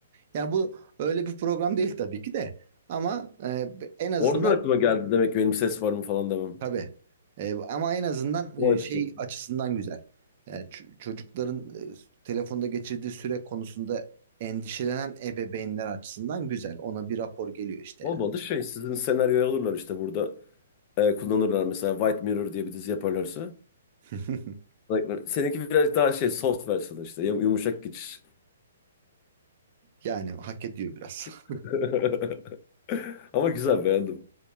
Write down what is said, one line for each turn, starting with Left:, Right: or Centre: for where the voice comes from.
Right: Yani bu öyle bir program değil tabii ki de. Ama e, en azından
Left: Oradan aklıma geldi demek ki benim ses var mı falan demem.
Right: Tabii. Ee, ama en azından
Left: Vay
Right: e, şey
Left: be zaten.
Right: açısından güzel. Ee, ç- çocukların e, telefonda geçirdiği süre konusunda endişelenen ebeveynler açısından güzel. Ona bir rapor geliyor işte
Left: Olmadı
Right: yani.
Left: şey sizin senaryoya alırlar işte burada. e, kullanırlar mesela White Mirror diye bir dizi yaparlarsa.
Right: <laughs>
Left: Like, Seninki birazcık daha şey soft versiyonu işte yum- yumuşak geçiş.
Right: Yani hak ediyor biraz.
Left: <laughs> Ama güzel beğendim.